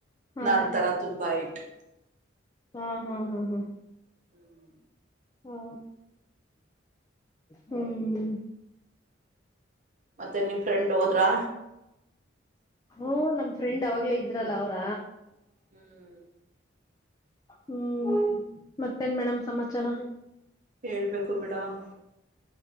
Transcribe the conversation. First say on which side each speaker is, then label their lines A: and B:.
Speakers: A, on the left; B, on the right.
A: ಹಾ
B: ನಂತರ ತುಂಬಾ ಹೈಟ್.
A: ಹ್ಮ ಹಾ ಹಾ ಹಾ
B: ಹ್ಮ್
A: ಹಾ ಹ್ಮ್
B: ಮತ್ತೆ ನಿಮ್ ಫ್ರೆಂಡ್ ಹೋದ್ರಾ?
A: ಹೂಂ ನಮ್ ಫ್ರೆಂಡ್ ಆವಾಗ್ಲೇ ಇದ್ರಲ್ಲ ಅವ್ರ
B: ಹ್ಮ್
A: ಹ್ಮ್ ಮತ್ತೇನ್ ಮೇಡಮ್ ಸಮಾಚಾರ.
B: ಹೇಳ್ಬೇಕು ಮೇಡಮ್